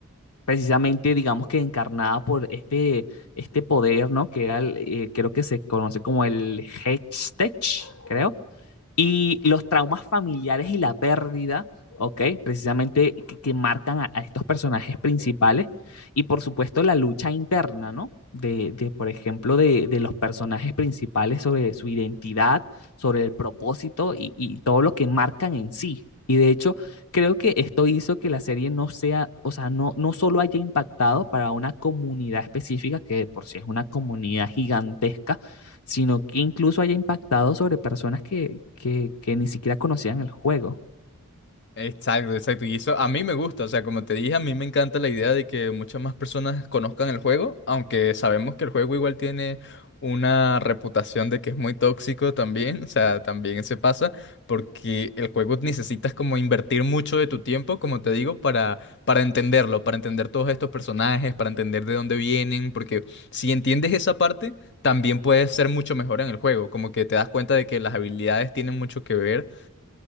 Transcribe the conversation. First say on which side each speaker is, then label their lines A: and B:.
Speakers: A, on the left; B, on the left.
A: precisamente, digamos que encarnada por este, este poder, ¿no? Que era, el, eh, creo que se conoce como el Hextech, creo, y los traumas familiares y la pérdida, ¿ok? Precisamente que, que marcan a, a, estos personajes principales. Y por supuesto la lucha interna, ¿no? De, de por ejemplo, de, de, los personajes principales sobre su identidad, sobre el propósito y, y todo lo que marcan en sí, y de hecho, creo que esto hizo que la serie no sea, o sea, no, no solo haya impactado para una comunidad específica, que de por sí es una comunidad gigantesca, sino que incluso haya impactado sobre personas que, que, que ni siquiera conocían el juego.
B: Exacto, exacto. Y eso a mí me gusta, o sea, como te dije, a mí me encanta la idea de que muchas más personas conozcan el juego, aunque sabemos que el juego igual tiene una reputación de que es muy tóxico también, o sea, también se pasa, porque el juego necesitas como invertir mucho de tu tiempo, como te digo, para, para entenderlo, para entender todos estos personajes, para entender de dónde vienen, porque si entiendes esa parte, también puedes ser mucho mejor en el juego, como que te das cuenta de que las habilidades tienen mucho que ver